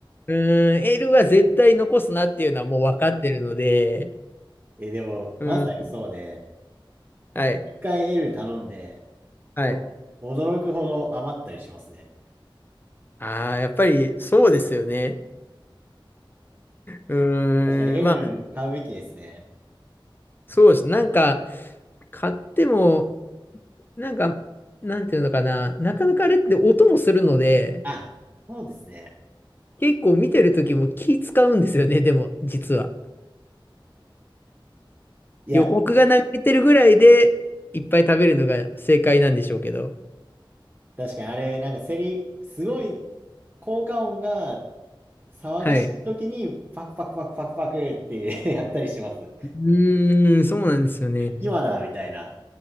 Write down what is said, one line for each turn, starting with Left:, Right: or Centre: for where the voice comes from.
Left: うーん、L は絶対残すなっていうのはもう分かってるので。
Right: え、でも、
Left: うん。
Right: まさにそうで、
Left: はい。
Right: 一回 L 頼んで、
Left: はい。
Right: もう驚くほど余ったりしますね。
Left: ああやっぱりそうですよね。うーん。
Right: 確かに M
Left: まあ、
Right: 買うべきですね。
Left: そうです。なんか、買っても、なんか、なんていうのかな、なかなかあれって音もするので、
Right: あ、そうですね。
Left: 結構見てる時も気使うんですよね、でも、実は。
Right: いや、
Left: 予告が流れてるぐらいで、いっぱい食べるのが正解なんでしょうけど。
Right: 確かにあれ、なんかセリ、すごい、効果音が騒がしい時に、
Left: はい。
Right: パクパクパクパクパクって <laughs> やったりします。
Left: うーん、そうなんですよね。
Right: 今だみたいな。